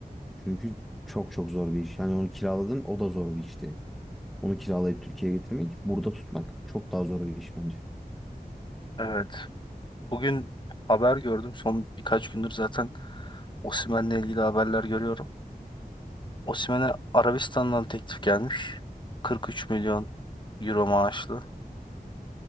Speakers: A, in the centre; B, on the left.
A: Çünkü çok çok zor bir iş. Yani onu kiraladın o da zor bir işti. Onu kiralayıp Türkiye'ye getirmek, burada tutmak çok daha zor bir iş bence.
B: Evet. Bugün haber gördüm. Son birkaç gündür zaten Osimhen'le ilgili haberler görüyorum. Osimhen'e Arabistan'dan teklif gelmiş. 43 milyon euro maaşlı.